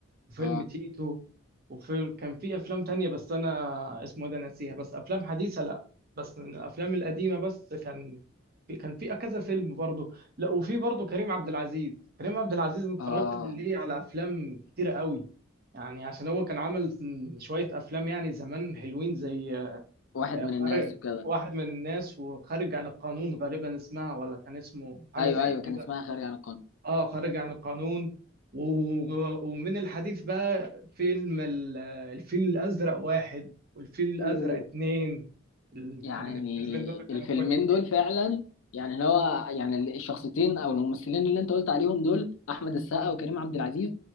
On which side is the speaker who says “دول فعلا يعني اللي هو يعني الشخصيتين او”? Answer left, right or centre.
Left